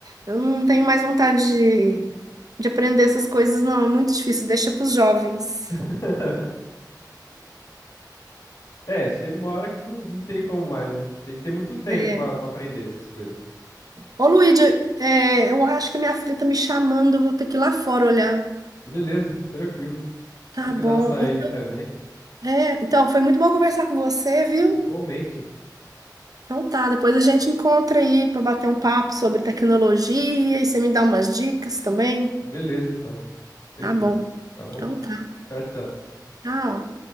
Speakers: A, on the right (about 55°); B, on the left (about 55°).
A: eu não tenho mais vontade de, de aprender essas coisas, não. É muito difícil, deixa para os jovens.
B: <laughs> É, chega uma hora que não, não tem como mais, né? Tem que ter muito tempo
A: É.
B: pra pra aprender essas coisas.
A: Ô, Luíde, é, eu acho que minha filha tá me chamando, eu vou ter que ir lá fora olhar.
B: Beleza, tranquilo.
A: Tá
B: Tem
A: bom.
B: que dar uma saída
A: Então,
B: também.
A: é, então, foi muito bom conversar com você, viu?
B: Igualmente.
A: Então tá, depois a gente encontra aí para bater um papo sobre tecnologia e você me dá umas dicas também.
B: Beleza, então. Fechou.
A: Tá bom.
B: Tá bom?
A: Então tá.
B: Tchau, tchau.
A: Tchau.